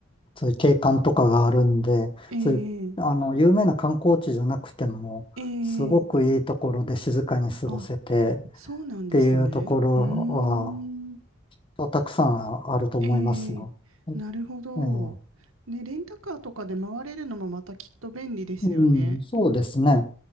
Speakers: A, on the left; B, on the right.
A: そういう景観とかがあるんで、
B: ええ
A: そういう、あの、有名な観光地じゃなくても、
B: ええ
A: すごくいいところで静かに過ごせて
B: あ、そうなんですね。
A: っていうところは、
B: うーん、
A: そうたくさんあると思いますよ。
B: ええなるほど。
A: ええ
B: ね、レンタカーとかで回れるのもまたきっと便利ですよね。
A: うん、そうですね。